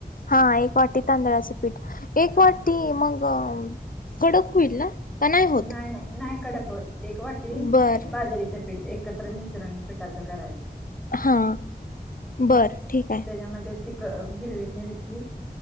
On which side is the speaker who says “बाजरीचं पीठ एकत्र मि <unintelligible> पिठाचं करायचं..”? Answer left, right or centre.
Centre